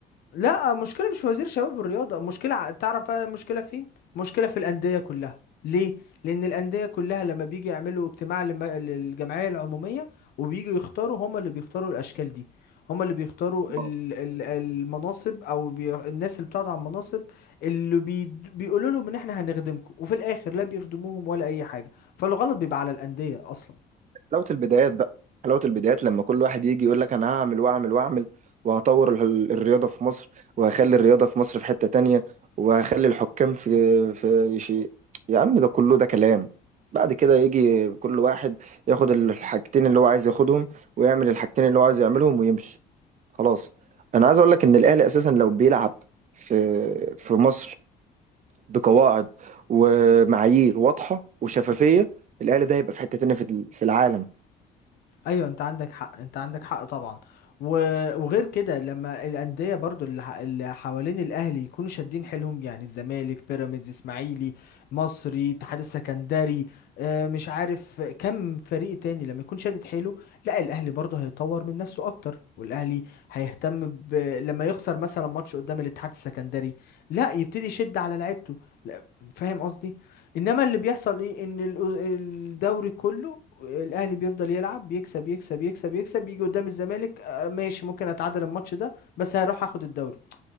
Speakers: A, on the left; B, on the right.
A: لا مشكلة مش في وزير شباب والرياضة مشكلة ع- تعرف بقى المشكلة فين مشكلة في الأندية كلها ليه لأن الأندية كلها لما بيجي يعملوا اجتماع للم- للجمعية العمومية وبيجوا يختاروا هما اللي بيختاروا الأشكال دي هما اللي بيختاروا
B: مثلا
A: ال- ال- المناصب أو بي... الناس اللي بتقعد على المناصب اللي بي... بيقولوا لهم إن إحنا هنخدمكم وفي الآخر لا بيخدموهم ولا أي حاجة فالغلط بيبقى على الأندية أصلا
B: حلاوة البدايات بقى حلاوة البدايات لما كل واحد يجي يقول لك أنا هعمل وأعمل وأعمل وهطور ال- ال- الرياضة في مصر وهخلي الرياضة في مصر في حتة تانية وهخلي الحكام في في شيء يا عم ده كله ده كلام بعد كده يجي كل واحد ياخد الحاجتين اللي هو عايز ياخدهم ويعمل الحاجتين اللي هو عايز يعملهم ويمشي خلاص أنا عايز أقول لك إن الأهلي أساسا لو بيلعب في في مصر بقواعد ومعايير واضحة وشفافية الأهلي ده هيبقى في حتة تانية في ال- في العالم
A: ايوه انت عندك حق انت عندك حق طبعا و... وغير كده لما الانديه برضو اللي, ح... اللي حوالين الاهلي يكونوا شادين حيلهم يعني الزمالك بيراميدز اسماعيلي مصري اتحاد السكندري آه، مش عارف كم فريق تاني لما يكون شادد حيله لا الاهلي برضو هيطور من نفسه اكتر والاهلي هيهتم ب... لما يخسر مثلا ماتش قدام الاتحاد السكندري لا يبتدي يشد على لعيبته لا، فاهم قصدي انما اللي بيحصل ايه ان ال- الدوري كله الاهلي بيفضل يلعب يكسب يكسب يكسب يكسب يجي قدام الزمالك آه، ماشي ممكن اتعادل الماتش ده بس هروح اخد الدوري